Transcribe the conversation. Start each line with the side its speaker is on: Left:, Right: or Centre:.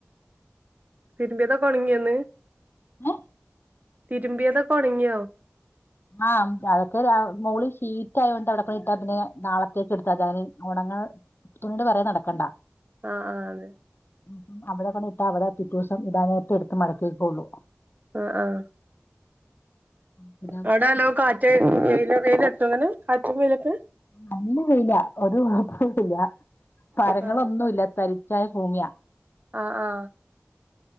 Right: തിരുമ്പിദൊക്കെ ഒണങ്ങിയ ന്ന്
Left: ഏഹ്
Right: തിരുമ്പിയതൊക്കെ ഒണങ്ങിയോ
Left: ആഹ് അതൊക്കെ മോള് ഷീറ്റ് ആയോണ്ട് അവിടെ ഒക്കെ ഇട്ടാ പിന്നെ നാളത്തേക്ക് എടുത്താ അതാ ഒണ്ണ ന്നാ തുണീട് പെറകെ നടക്കണ്ട
Right: ആഹ ആഹ അത്
Left: മ്മ് അവിടെ കൊണ്ട്‌ ഇട്ട അവിടെ പിറ്റെസം ഇടാൻനേരത്ത് എടുത്ത് മടക്കി ക്കൊള്ളു
Right: ആഹ ആഹ
Left: പിനെ
Right: അവിടെ നല്ലോ കാറ്റ് വെയില് തട്ടോ കാറ്റും വെയിലൊക്കെ
Left: നല്ല വെയില ഒരു <unintelligible> മരങ്ങളൊന്നുംല്ല
Right: ആഹ്
Left: തരി <unintelligible> ഭൂമ്യ
Right: ആ ആ